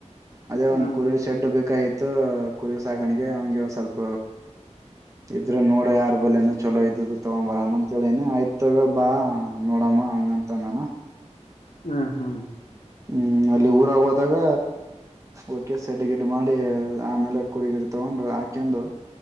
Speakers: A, on the right (about 25°); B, on the left (about 80°).
A: ಅದೇ ಒಂದ್
B: ಹ್ಮ್
A: ಕುರಿಳ ಶೆಡ್ ಬೇಕಾಗಿತ್ತು ಆಯ್ತ ಕುರಿ ಸಾಕಾಣಿಗೆ ಹಂಗಗೆ ಒ ಸ್ವಲ್ಪ ಇದ್ರೆ ನೋಡ ಯಾರ ಬಲ್ಲೇನ ಚಲೋ ಇದ ತಗೊಂಡ್ ಬರಮ್ಮ ಅಂತೇಳನಿ ಆಯ್ತ ಬಾ ನೋಡಮ್ಮ ಹಂಗಂತ ನಾನು
B: ಹ್ಮ್ ಹ್ಮ್
A: ಹ್ಮ್ ಅಲ್ಲಿ ಊರಾಗ ಹೋದಾಗ ಓಕೆ ಸೆಡ್ ಗಿಡ್ ಮಾಡಿ ಆಮೇಲೆ ಕುರಿ ಗುರಿ ತಗೊಂಡು ಹಾಕೊಂಡು